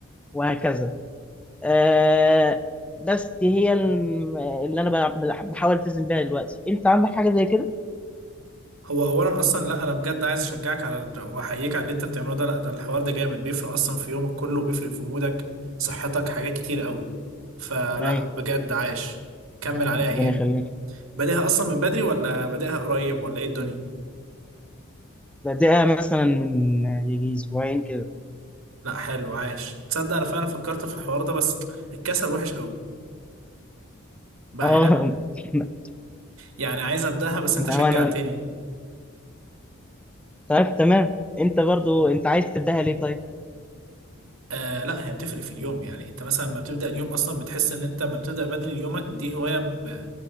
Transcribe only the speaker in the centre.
وهكذا آه، بس دي هي الم- اللي أنا بلع- بحاول ألتزم بيها دلوقتي أنت عندك حاجة زي كده؟
أيوة
ربنا
يخليك
بدأها مثلا من يجي أسبوعين كده
أه
<laughs>
ما
هو أنا طيب تمام انت برضو انت عايز تبداها ليه طيب